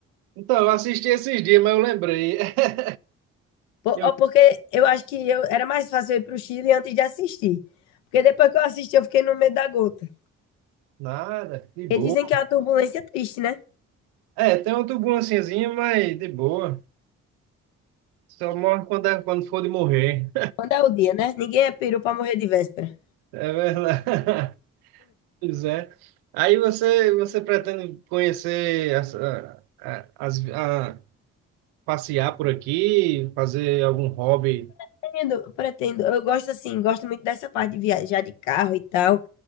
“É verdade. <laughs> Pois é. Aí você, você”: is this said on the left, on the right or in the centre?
Right